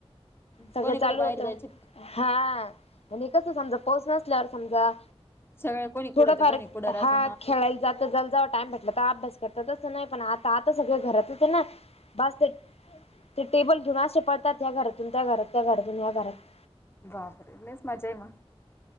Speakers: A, on the left; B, on the left.
A: सगळं
B: कोणी
A: चालू
B: कड बाहेर
A: होतं
B: जायच.
A: हा आणि कस पोच समजा.
B: सगळे कोणी कुठं
A: थोडाफार
B: तर कोणी कुठं
A: हा
B: राहते
A: खेळायला, जात जा टाइम भेटला तर अभ्यास करतातच नाही, पण आता आता सगळ घरात होते ना बस ते ते टेबल घेऊने पडतात ह घरातून त्या घरात त्या घरातून ह घरात.
B: लय मज्जा आहे मग,